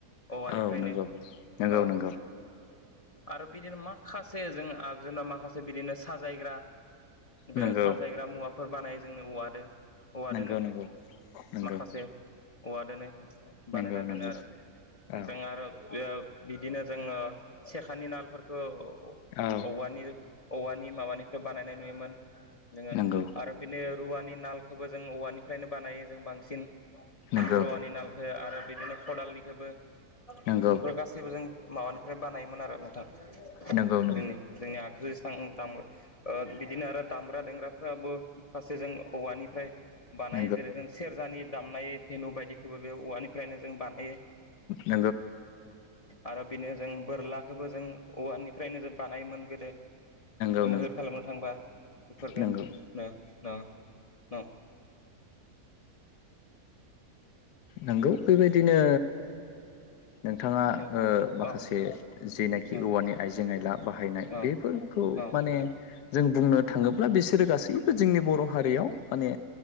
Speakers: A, on the left; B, on the left.
A: औवानिफ्रायनो
B: औ नंगौ नंगौ
A: औ
B: नंगौ
A: आरो बिदिनो माखासे जों जोंना माखासे बिदिनो साजायग्रा बे
B: नंगौ
A: साजायग्रा मुवाफोर बानाय जोंनो औवादो औवादोनो
B: नगौ नंगौ नंगौ
A: माखासे औवादोनो बानायना
B: नंगौ
A: दोनो
B: नंगौ
A: आरो
B: औ
A: जों आरो ओ बिदिनो जोङो सेखानि नाल फोरखौ
B: औ
A: औवानि औवानि‌ माबानि फ्राय बानायनाय नुयोमोन जोङो
B: नंगौ
A: आरो बिनि रुवानि नालखौबो जों औवानिफ्रायनो बानायो जों बांसिन
B: नंगौ
A: रुवानि नालखौ आरो बिदिनो खदालनिखोबो
B: नंगौ
A: बेफोर गासैबो जों माबानिफ्राय बानायोमोन आरो नोंथां
B: नंगौ नंगौ
A: जोंनि जोंनि आगजु एसेबां दाम- ओ बिदिनो आरो दामग्रा देंग्राफ्राबो माखासे जों औवानिफ्राय बानाय
B: नंगौ
A: जेरै जों सेरजानि दामनाय धेनु बायदिखौबो बे औवानिफ्रायनो जों बानायो
B: नंगौ
A: आरो बेनो जों बोरला खोबो जों औवानिफ्रायनो जों बानायोमोन गोदो
B: नंगौ
A: मैहुर खालामनो थांबा बेफोरबो
B: नंगौ
A: नंगौ नंगौ नंगौ
B: नोंगौ बेबायदिनो नोंथाङा
A: न
B: ओ माखासे
A: अ
B: जेनाखि
A: न
B: औवानि आइजें आयला बाहायनाय
A: अ
B: बेफोरखौ खौ
A: अ
B: माने जों बुंनो थाङोब्ला बिसोरो गासै बो जोंनि बर' हारियाव माने